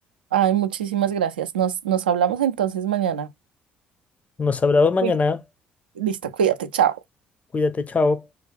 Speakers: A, on the right (about 80°); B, on the left (about 30°).
A: Ay, muchísimas gracias. Nos, nos hablamos entonces mañana.
B: Nos hablamos mañana.
A: Sí. Listo, cuídate, chao.
B: Cuídate, chao.